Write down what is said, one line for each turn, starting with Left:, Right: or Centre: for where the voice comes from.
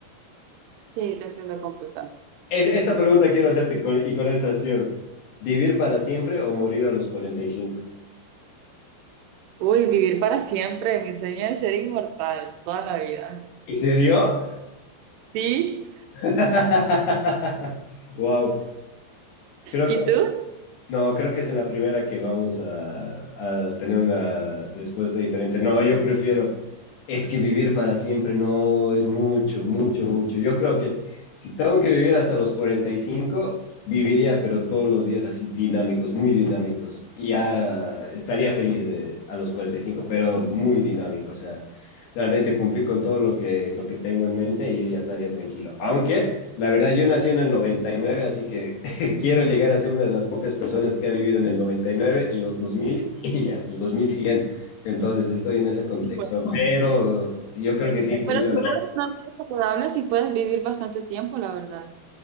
Right: sí, te entiendo completamente.
Left: Es- esta pregunta quiero hacerte con- y con esta cierro. ¿Vivir para siempre o morir a los cuarenta y cinco.
Right: Uy, vivir para siempre. Mi sueño es ser inmortal toda la vida.
Left: ¿En serio?
Right: ¿Sí?
Left: <laughs> Wow. Creo
Right: ¿Y tú?
Left: No, creo que es en la primera que vamos a, a tener una respuesta diferente. No, yo prefiero, es que vivir para siempre no es mucho, mucho, mucho. Yo creo que si tengo que vivir hasta los 45 viviría, pero todos los días así dinámicos, muy dinámicos. Y ya estaría feliz de, a los 45 pero muy dinámico. O sea, realmente cumplir con todo lo que, lo que tengo en mente y yo ya estaría tranquilo. Aunque, la verdad, yo nací en el 99 así que <laughs> quiero llegar a ser una de las pocas personas que ha vivido en el 99, en los 2000 <laughs> y hasta el 2100. Entonces estoy en esa contradicción,
Right: Bueno,
Left: pero yo creo
Right: bueno,
Left: que sí, Bolívar.
Right: Pero si llevas una vida saludable, sí puedes vivir bastante tiempo, la verdad.